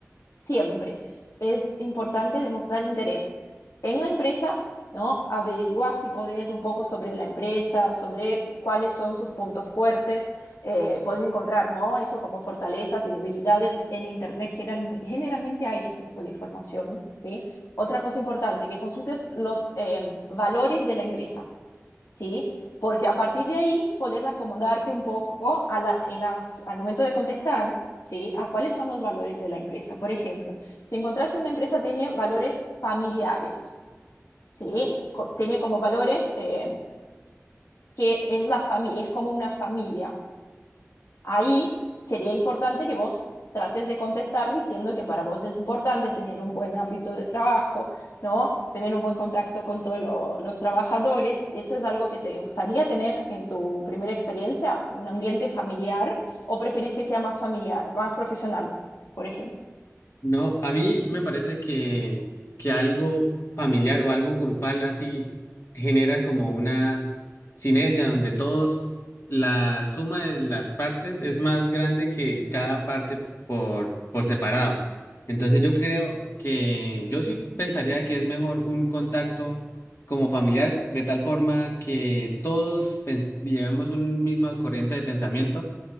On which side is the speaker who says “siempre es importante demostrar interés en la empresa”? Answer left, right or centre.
Left